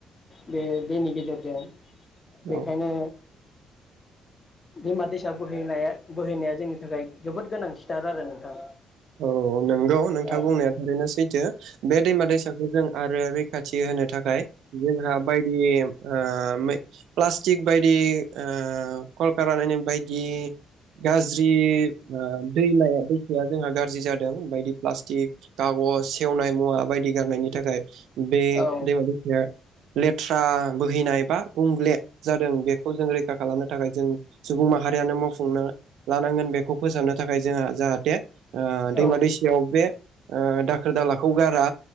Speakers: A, on the left; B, on the right.
A: बे दैनि गेजेरजों।
B: औ
A: बेखायनो दैमा दैसा बोहैनाया बोहैनाया जोंनि थाखाय जोबोद गोनांथिथार आरो नोंथां।
B: औ नोंगौ नोंथां
A: औ
B: बुंनाया थारैनो सैथो बे दैमा दैसाखौ जों आरो रैखाथि होनो थाखाय जोंहा बायदि ओ मेक प्लास्टिक बायदि ओ कलतानि बानाय बायदि गाज्रि ओ दैमाया दैखाया जोंहा गाज्रि जादों बायदि प्लासटिक बिग थागज सेवनाय मुवा बायदि गारनायनि थाखाय बे
A: औ
B: दैेमा दैसाया लेथ्रा बोहैनाय बा गुंग्ले जादों बेखौ जों रैखा खालामनो थाखाय जों सुबुं माहारियानो मावफुंनो लानांगोन बेखौ फोसाबनो थाखाय जोंहा जाहाथे ओ दैमा
A: औ
B: दैसायाव बे ओ दाखोर दालाखौ गारा